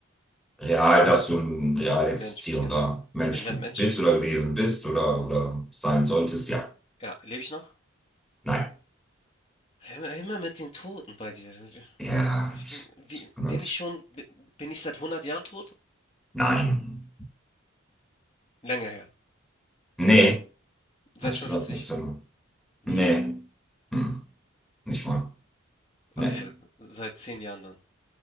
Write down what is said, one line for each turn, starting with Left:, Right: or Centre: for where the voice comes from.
Centre: Real, dass du ein real existierender
Left: Mensch, genau.
Centre: Mensch
Left: Bin ich ein Mensch?
Centre: bist oder gewesen bist oder, oder sein solltest, ja.
Left: Ja, lebe ich noch?
Centre: Nein.
Left: Immer, immer mit den Toten bei dir.
Centre: Ja,
Left: Ich bin, wie, bin
Centre: Gott.
Left: ich schon, bin ich seit 100 Jahren tot?
Centre: Nein.
Left: Länger her.
Centre: Nee,
Left: Seit
Centre: ehrlich
Left: 50.
Centre: gesagt nicht so.
Left: Wie?
Centre: Nee. Hm. Nicht mal. Nee.
Left: Okay, seit 10 Jahren dann.